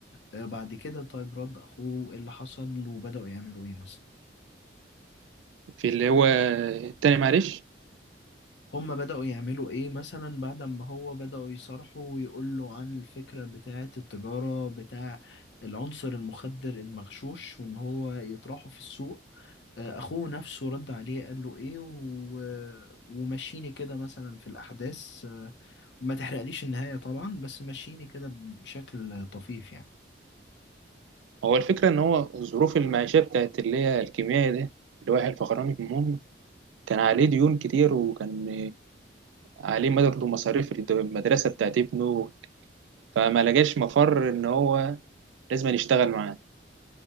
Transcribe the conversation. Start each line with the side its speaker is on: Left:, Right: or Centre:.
Left: آه، بعد كده طيب رد اخوه ايه اللي حصل وبدأوا يعملوا ايه مثلا
Right: اللي هو تاني معلش
Left: هم بدأوا يعملوا ايه مثلا بعد ما هو بدأوا يصرحوا ويقولوا عن الفكرة بتاعة التجارة بتاع العنصر المخدر المغشوش وان هو يطرحه في السوق آه، اخوه نفسه رد عليه قال له ايه و... ومشيني كده مثلا في الاحداث آه، ما تحرقليش النهاية طبعا بس مشيني كده بشكل طفيف يعني
Right: هو الفكرة إن هو الظروف المعيشية بتاعت اللي هي الكيميائي ده اللي هو يحيى الفخراني المهم كان عليه ديون كتير وكان آه، عليه برضه مصاريف المدرسة بتاعت ابنه فما لقاش مفر إن هو لازم يشتغل معاه